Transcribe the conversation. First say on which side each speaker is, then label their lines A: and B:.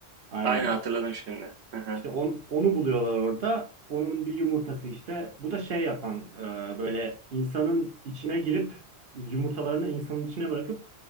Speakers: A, on the right; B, on the right.
A: aynen
B: Aynen hatırladım şimdi. Hı hı.
A: işte on- onu buluyorlar orada. Onun bir yumurtası işte. Bu da şey yapan e, böyle insanın içine girip yumurtalarını insanın içine bırakıp